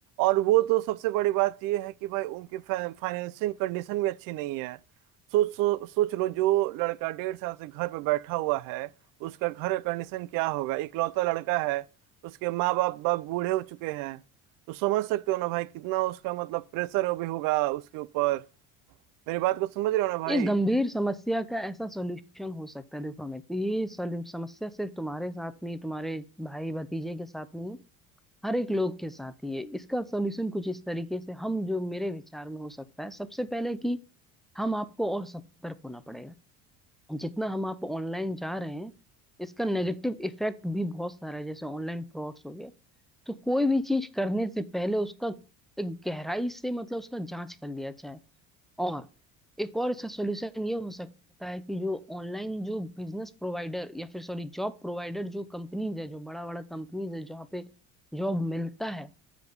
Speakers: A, on the right; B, in the centre.
A: और वो तो सबसे बड़ी बात ये है कि भाई उनकी फाइनेंसिंग कंडीशन भी अच्छी नहीं है सोच सो, सोच लो जो लड़का डेढ़ साल से घर पे बैठा हुआ है उसका घर का कंडीशन क्या होगा इकलौता लड़का है उसके माँ बाप बाप बूढ़े हो चुके हैं तो समझ सकते हो ना भाई कितना उसका मतलब प्रेशर अभी होगा उसके ऊपर मेरी बात को समझ रहे हो ना भाई
B: इस गंभीर समस्या का ऐसा सॉल्यूशन हो सकता है देखो अमित ये सॉल्यू- समस्या सिर्फ तुम्हारे साथ नहीं तुम्हारे भाई भतीजे के साथ नहीं हर एक लोग के साथ ही है इसका सॉल्यूशन कुछ इस तरीके से हम जो मेरे विचार में हो सकता है सबसे पहले कि हम आपको और सतर्क होना पड़ेगा जितना हम आप ऑनलाइन जा रहे हैं इसका नेगेटिव इफेक्ट भी बहुत सारा है जैसे ऑनलाइन फ्रॉड्स हो गए तो कोई भी चीज करने से पहले उसका एक गहराई से मतलब उसका जांच कर लिया जाए और एक और इसका सॉल्यूशन ये हो सकता है कि जो ऑनलाइन जो बिजनेस प्रोवाइडर या फिर सॉरी जॉब प्रोवाइडर जो कंपनीज है जो बड़ा बड़ा कंपनीज है जहाँ पे जॉब मिलता है